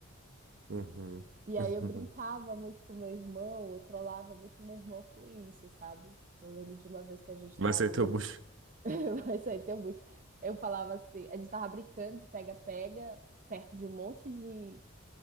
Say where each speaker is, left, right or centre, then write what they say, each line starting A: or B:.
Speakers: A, on the right; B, on the right.
A: Uhum,
B: E
A: <laughs>
B: aí eu brincava
A: uhum.
B: muito com meu irmão, eu trollava muito meu irmão com isso, sabe? Eu lembro de uma vez que a gente
A: Vai
B: tava
A: ser teu
B: brin...
A: bucho. <laughs>
B: <laughs> Isso aí tem um bucho. Eu falava assim, a gente tava brincando de pega-pega perto de um monte de